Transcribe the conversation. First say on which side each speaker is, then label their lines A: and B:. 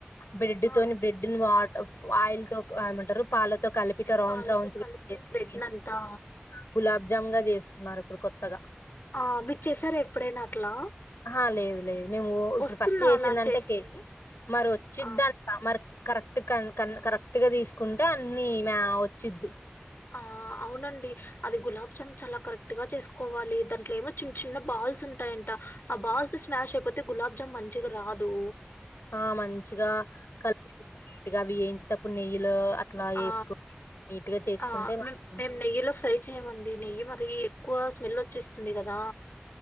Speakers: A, on the left; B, on the left.
A: బ్రెడ్
B: ఆ
A: తోని బ్రెడ్డును వా తప్పు ఆయిల్ తో క్ ఏమంటారు పాలతో కలిపి క రౌండ్
B: పాలతో
A: రౌన్స్
B: కలిపి బ్రెడ్ నంతా
A: <inaudible> గులాబ్జామ్ గా చేస్తున్నారు ఇప్పుడు కొత్తగా
B: ఆ మీరు చేసారా ఎప్పుడైనా అట్లా
A: ఆహా లేదు లేదు మేము ఇప్పుడు
B: వస్తుందా
A: ఫస్ట్ చేసిందంటే
B: అలా చేస్తే
A: కేక్ మరి వచ్చిద్దంట
B: ఆ
A: మర్ కరెక్ట్ కన్ కన్ కరెక్ట్గా తీసుకుంటే అన్నీ మా వచ్చిద్ది.
B: ఆ అవునండి. అది గులాబ్ జామ్ చాలా కరెక్ట్ గా చేసుకోవాలి. దాంట్లో ఏమో చిన్న చిన్న బాల్స్ ఉంటాయంట, ఆ బాల్స్ స్మాష్ అయిపోతే గులాబ్ జామ్ మంచిగా రాదూ.
A: ఆ మంచిగా కలిపి <inaudible> కరెక్ట్గా గా అవి యేన్చ్ టప్పుడు నెయ్యిలో అట్లా వేసుకు
B: ఆ
A: నీట్గా చేసుకుంటే
B: ఆ
A: మంచిగా
B: మేం మేము నెయ్యిలో ఫ్రై చెయ్ యమండి నెయ్యి మరీ ఎక్కువ స్మెల్ వచ్చేస్తుంది కదా.